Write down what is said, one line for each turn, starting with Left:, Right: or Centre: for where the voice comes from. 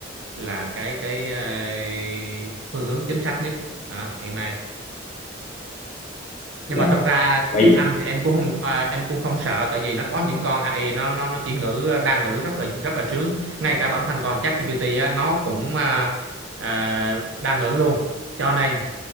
Right: là cái cái à, phương hướng chính xác nhất đó, hiện nay nhưng
Left: dạ
Right: mà thật ra
Left: bây
Right: tiếng
Left: giờ.
Right: Anh thì em cũng không à, em cũng không sợ tại vì nó có những con AI nó nó nó chỉ ngữ đa ngữ rất là rất là sướng ngay cả bản thân con ChatGPT á, nó cũng à, à, đa ngữ luôn cho nên